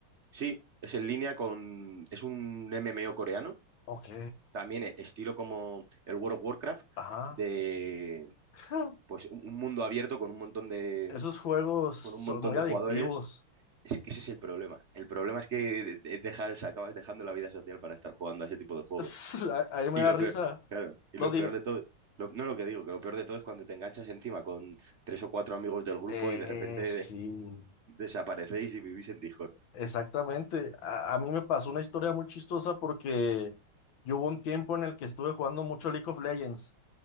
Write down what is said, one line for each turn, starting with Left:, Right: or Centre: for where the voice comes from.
Right: Sí, es en línea con... Es un MMO coreano,
Left: Ok.
Right: también e- estilo como el World of Warcraft,
Left: Ajá.
Right: de
Left: <laughs>
Right: pues un un mundo abierto con un montón de,
Left: Esos juegos son
Right: con un montón
Left: muy
Right: de
Left: adictivos.
Right: jugadores. Es que ese es el problema. El problema es que de- de- dejas, acabas dejando la vida social para estar jugando a ese tipo de juegos.
Left: <laughs> Ahí me
Right: Y
Left: da
Right: lo
Left: risa.
Right: peor, claro, y
Left: No,
Right: lo
Left: dime.
Right: peor de todo, lo- no lo que digo, que lo peor de todo es cuando te enganchas encima con tres o cuatro amigos del grupo
Left: Eh,
Right: y de repente de-
Left: sí.
Right: <laughs> desaparecéis y vivís en Discord.
Left: Exactamente. A, a mí me pasó una historia muy chistosa porque yo hubo un tiempo en el que estuve jugando mucho League of Legends.